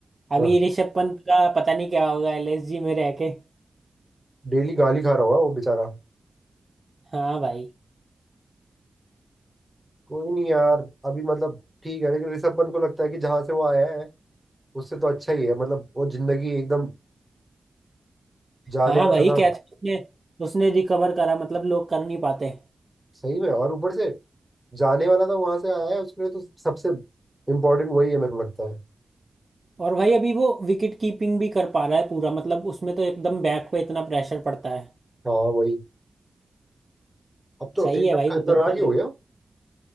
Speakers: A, on the right (about 25°); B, in the centre.
A: अभी
B: आह,
A: ऋषभ पंत का पता नहीं क्या होगा एलएसजी में रह के
B: डेली गाली खा रहा होगा वो बेचारा
A: हाँ भाई
B: कोई नहीं यार अभी मतलब ठीक है लेकिन ऋषभ पंत को लगता है कि जहां से वो आया है उससे तो अच्छा ही है मतलब वो जिंदगी एकदम जाने
A: हाँ
B: वाला
A: भाई
B: था
A: कैसे उसने उसने रिकवर करा मतलब लोग कर नहीं पाते
B: सही में और ऊपर से जाने वाला था वहां से आया है उसके लिए तो सबसे इम्पोर्टेंट वही है मेरे को लगता है
A: और भाई अभी वो विकेट कीपिंग भी कर पा रहा है पूरा मतलब उसमें तो एकदम बैक पे इतना प्रेशर पड़ता है
B: हाँ वही अब तो
A: सही
B: एकदम
A: है भाई वो
B: खतरनाक
A: बंदा
B: ही हो
A: भी
B: गया